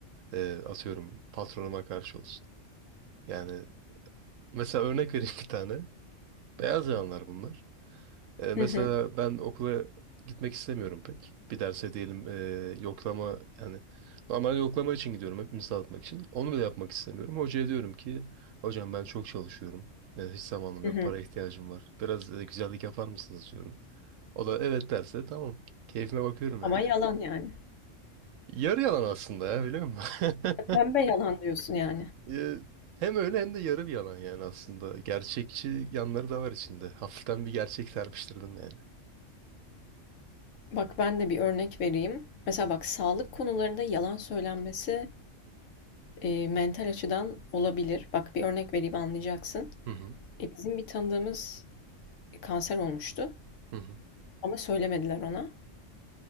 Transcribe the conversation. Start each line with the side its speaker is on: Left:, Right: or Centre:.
Right: e, atıyorum patronuma karşı olsun. Yani Mesela örnek vereyim bir tane. Beyaz yalanlar bunlar. Ee,
Left: Hı
Right: mesela
Left: hı.
Right: ben okula gitmek istemiyorum pek. Bir derse diyelim e, yoklama yani normal yoklama için gidiyorum hepimiz dağıtmak için. Onu bile yapmak istemiyorum. Hocaya diyorum ki hocam ben çok çalışıyorum. E, hiç zamanım
Left: Hı
Right: yok.
Left: hı.
Right: Para ihtiyacım var. Biraz e, güzellik yapar mısınız diyorum. O da evet derse tamam. Keyfime bakıyorum
Left: Ama
Right: yani.
Left: yalan yani.
Right: <laughs> Yarı yalan aslında ya biliyor musun? <laughs>
Left: Pembe yalan diyorsun yani.
Right: Ee, hem öyle hem de yarı bir yalan yani aslında. Gerçekçi yanları da var içinde. Hafiften bir gerçek serpiştirdim yani.
Left: Bak ben de bir örnek vereyim. Mesela bak sağlık konularında yalan söylenmesi e, mental açıdan olabilir. Bak bir örnek vereyim anlayacaksın.
Right: Hı hı.
Left: E, bizim bir tanıdığımız kanser olmuştu
Right: Hı hı.
Left: ama söylemediler ona.